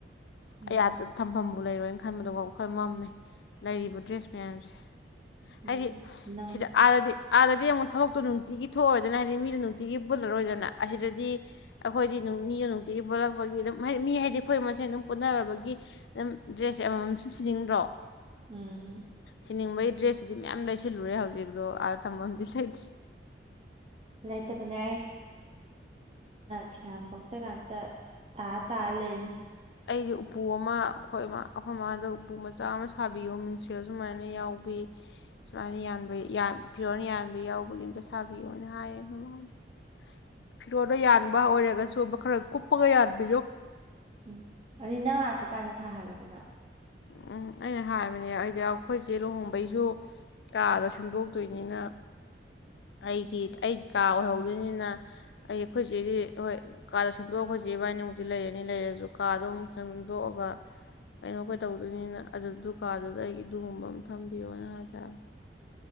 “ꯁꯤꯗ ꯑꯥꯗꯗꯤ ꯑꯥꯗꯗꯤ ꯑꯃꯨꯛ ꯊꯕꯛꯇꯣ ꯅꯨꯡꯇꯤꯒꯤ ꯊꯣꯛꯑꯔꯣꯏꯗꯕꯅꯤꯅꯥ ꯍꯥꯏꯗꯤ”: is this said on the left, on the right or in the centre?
Left